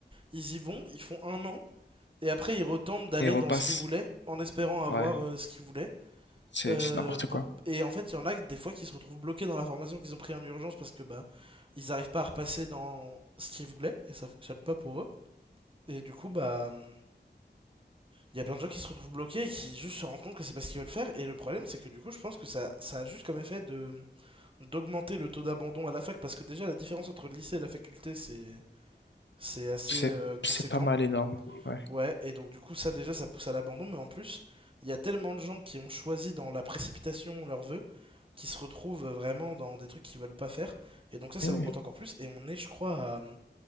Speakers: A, on the right; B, on the left.
A: Ils y vont, ils font un an, et après ils retentent d'aller
B: et il repasse.
A: dans ce qu'ils voulaient, en espérant avoir
B: Ouais,
A: euh, ce qu'ils voulaient.
B: c'est,
A: Euh,
B: c'est n'importe quoi.
A: pour... Et en fait, il y en a des fois qui se retrouvent bloqués dans la formation qu'ils ont pris en urgence parce que bah ils arrivent pas à repasser dans ce qu'ils voulaient, et ça fonctionne pas pour eux. Et du coup, bah hum, il y a plein de gens qui se retrouvent bloqués et qui juste se rendent compte que c'est pas ce qu'ils veulent faire. Et le problème, c'est que du coup, je pense que ça, ça a juste comme effet de d'augmenter le taux d'abandon à la fac parce que déjà la différence entre le lycée et la faculté, c'est c'est assez
B: C'est,
A: euh, conséquent.
B: c'est pas mal énorme. Ouais.
A: Ouais, et donc du coup, ça déjà, ça pousse à l'abandon. Mais en plus, il y a tellement de gens qui ont choisi dans la précipitation leurs vœux qui se retrouvent vraiment dans des trucs qu'ils veulent pas faire. Et donc ça,
B: Mais
A: ça
B: oui.
A: augmente encore plus. Et on est, je crois, à... hum,